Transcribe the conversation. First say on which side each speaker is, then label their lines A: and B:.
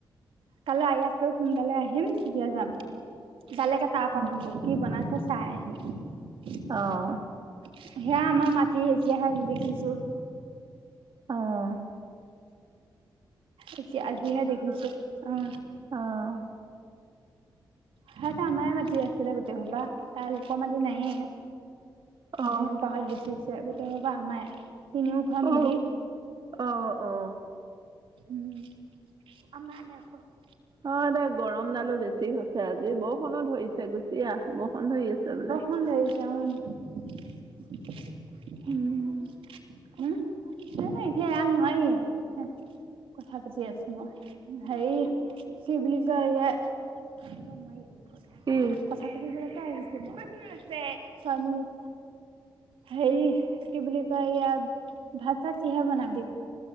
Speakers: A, on the right; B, on the right.
A: কাইলৈ আহি আছো সোনকালে আহিম তেতিয়া যাম যালেকে তাৰ পাম
B: উম
A: গৈ। কি বনাইছে চাই আহিম।
B: অহ
A: সেয়া আমাৰ মাটি এতিয়াহে দেখিছো।
B: অঁহ
A: এতিয়া আজিহে দেখিছো অঁ।
B: অহ
A: সিয়াতে আমাৰে মাটি আছিলে গোটেই সোপা লোকৰ মাটি নাইয়ে।
B: অ
A: যি হোপাহঁত দেখিছে গোটেই হোপা আমাৰে তিনিও ঘৰৰ
B: অ
A: মিলি
B: অ অ।
A: উম আমাৰ <unintelligible>
B: হয় দে গৰমডালো বেছি হৈছে আজি। বৰষুণো ধৰিছে গুচি আহ, বৰষুণ ধৰি আছে বোলে।
A: বৰষুণ ধৰিছে উম। হম‌
B: উম
A: এ এতিয়া ইয়াত নোৱাৰি। কথা পাতি আছো মই, হেৰি কি বুলি কয় ইয়া‌ <inaudible>
B: কি?
A: চাকি দিবলৈকে আহিছো মই ছয় মিনিট। হেৰি কি বুলি ইয়া ভাত চাত কিহে বনাবি?